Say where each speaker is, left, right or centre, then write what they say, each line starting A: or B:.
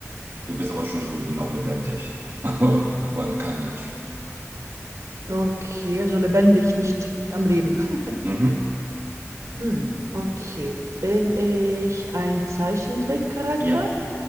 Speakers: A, on the right; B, on the right.
A: Du bist aber schon
B: Okay,
A: irgendwie noch lebendig. <laughs> Aber, aber kein Mensch.
B: Okay, also lebendig, nicht am Leben. <laughs>
A: Mhm.
B: Hm, okay. Bin ich ein Zeichentrickcharakter?
A: Ja,